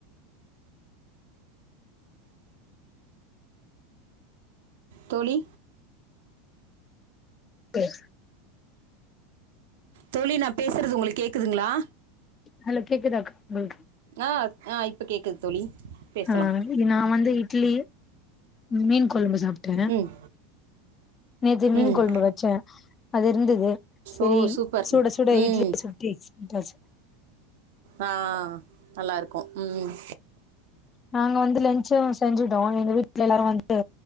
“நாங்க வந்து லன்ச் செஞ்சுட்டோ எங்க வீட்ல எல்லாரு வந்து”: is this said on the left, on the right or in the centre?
Left